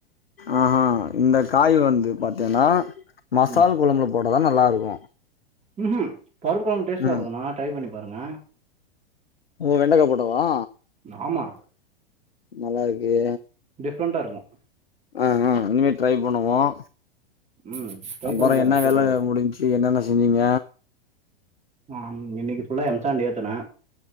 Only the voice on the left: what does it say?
ஆ இந்த காய் வந்து பாத்தீன்னா மசால்
குழம்புல போட்டா தான் நல்லாயிருக்கும்
ம்
ஓ வெண்டக்கா போட்டாவா
நல்லாருகே
ஆ ஆ இனிமே ட்ரை பண்ணுவோம்
அப்பறம்
என்ன
வேல
முடிஞ்ச்சு என்னென்ன செஞ்சீங்க